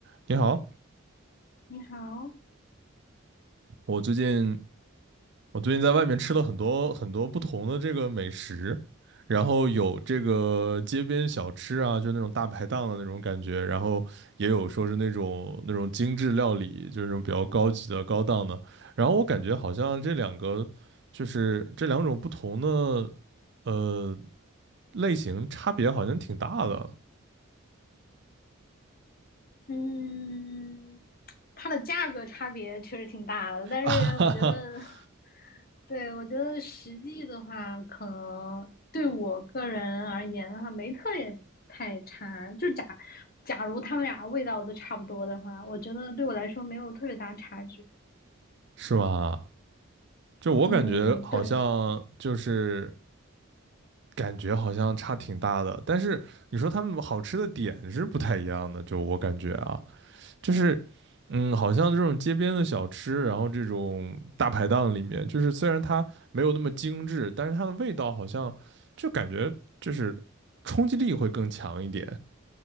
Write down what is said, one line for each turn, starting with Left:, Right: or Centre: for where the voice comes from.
Right: 你好，
Left: 你好，
Right: 我最近我最近在外面吃了很多很多不同的这个美食，然后有这个街边小吃啊，就那种大排档的那种感觉，然后也有说是那种那种精致料理，就是那种比较高级的高档的。然后我感觉好像这两个就是这两种不同的呃类型差别好像挺大的，
Left: 嗯，它的价格差别确实挺大的，但是我觉得，
Right: <laughs>
Left: <laughs> 对，我觉得实际的话，可能对我个人而言的话，没特别太差。就假假如他们俩味道都差不多的话，我觉得对我来说没有特别大差距。
Right: 是吧？就我感觉好像就是。
Left: 嗯，对，
Right: 感觉好像差挺大的，但是你说他们好吃的点是不太一样的，就我感觉啊，就是，嗯，好像这种街边的小吃，然后这种大排档里面，就是虽然它没有那么精致，但是它的味道好像就感觉就是冲击力会更强一点，